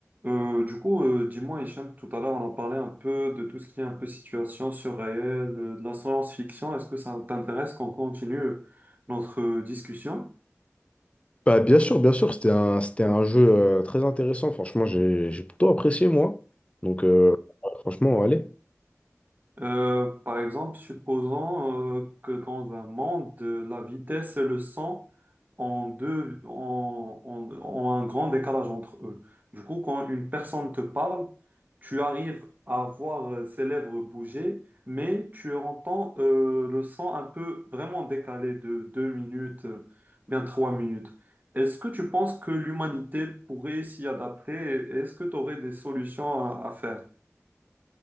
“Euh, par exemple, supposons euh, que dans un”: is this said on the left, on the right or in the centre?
Right